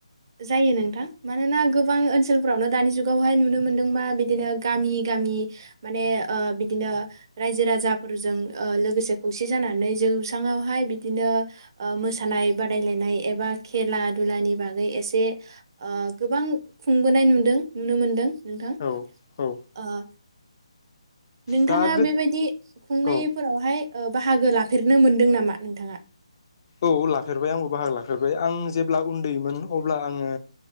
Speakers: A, on the right (about 35°); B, on the left (about 35°).
A: जायो नोंथां मानोना गोबां ओनसोलफोरावनो दानि जुगावहाय नुनो मोनदोंबा बिदिनो गामि गामि माने ओ बिदिनो रायजो राजाफोरजों लोगोसे ओ खौसे जानानै जौसाङावहाय बिदिनो ओ मोसानाय बादायलायनाय एबा खेला दुलानि बागै ए से ओ गोबां खुंबोनाय नुदों नुनो मोनदों। नोंथां
B: औ औ
A: ओ नोंथाङा
B: दा गो
A: बेबायदि खुंनायफोरावहाय
B: औ
A: ओ बाहागो लाफेरनो मोनदों नामा नोंथाङा?
B: औ लाफेरबाय आंबो बाहागो लाफेरबाय। आं जेब्ला उन्दैमोन अब्ला आङो